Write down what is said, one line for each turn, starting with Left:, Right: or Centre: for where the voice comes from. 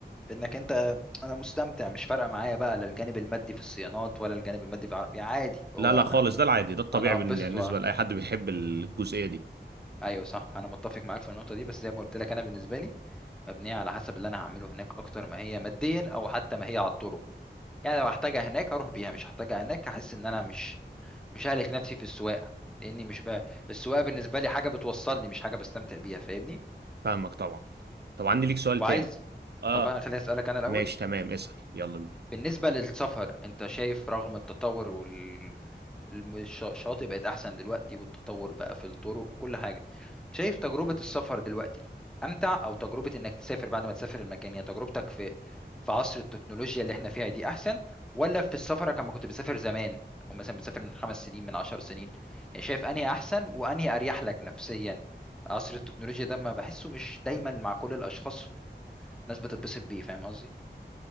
Centre: انك انت انا مستمتع مش فارقه معايا بقى لا الجانب المادي في الصيانات ولا الجانب المادي في العربيه عادي هو
Right: لا لا خالص ده العادي ده الطبيعي
Centre: انا
Right: بالنسبه
Centre: هبسط و...
Right: لاي حد بيحب الجزئيه دي
Centre: ايوه صح انا متفق معاك في النقطه دي بس زي ما قلت لك انا بالنسبه لي مبنية على حسب اللي أنا هعمله هناك أكتر ما هي ماديا أو حتى ما هي على الطرق يعني لو هحتاجها هناك أروح بيها مش هحتاجها هناك هحس إن أنا مش مش ههلك نفسي في السواقة لأني مش بقى السواقة بالنسبة لي حاجة بتوصلني مش حاجة بستمتع بيها فاهمني؟
Right: فاهمك طبعا طب عندي
Centre: مم.
Right: ليك سؤال
Centre: وعايز
Right: تاني اه
Centre: طب أنا خليني أسألك أنا الأول
Right: ماشي تمام اسأل يلا بينا
Centre: بالنسبة للسفر انت شايف رغم التطور وال الم- الش- الشاطئ بقت احسن دلوقتي والتطور بقى في الطرق وكل حاجة شايف تجربة السفر دلوقتي امتع او تجربة انك تسافر بعد ما تسافر المكان يعني تجربتك في في عصر التكنولوجيا اللي احنا فيها دي احسن ولا في السفر كما كنت بتسافر زمان او مثلا بتسافر من خمس سنين من عشر سنين يعني شايف انهي احسن وانهي اريح لك نفسيا عصر التكنولوجيا ده ما بحسه مش دايما مع كل الاشخاص ناس بتتبسط بيه فاهم قصدي